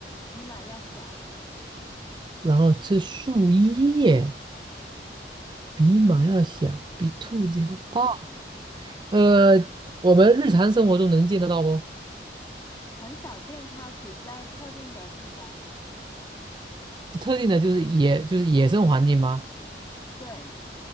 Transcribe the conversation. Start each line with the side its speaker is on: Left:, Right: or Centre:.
Left: 比马要小，
Right: 然后吃树叶，比马要小，比兔子要大。
Left: 嗯，
Right: 呃，我们日常生活中能见得到不？
Left: 很少见，它只在特定的地方。
Right: 特定的就是野，就是野生环境吗？
Left: 对